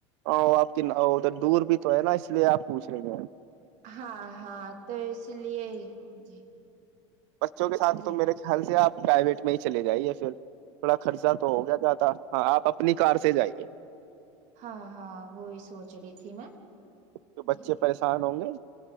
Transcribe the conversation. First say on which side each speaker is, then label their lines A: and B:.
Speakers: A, on the right; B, on the right.
A: ا آپ کی ادھر دور بھی تو ہے نا اس لیے آپ پوچھ رہے ہیں ہیں
B: ہاں ہاں تو اس لیے جی
A: بچوں کے ساتھ
B: جی
A: تو میرے خیال سے آپ پرائیویٹ میں ہی چلے جائی پھر تھوڑا خرچہ تو ہو گیا ج تھا ہاں آپ اپنی کار سے جائیے
B: اچھا ہاں ہاں وہی سوچ رہی تھی میں
A: تو بچے
B: جی
A: پریشان ہوں گے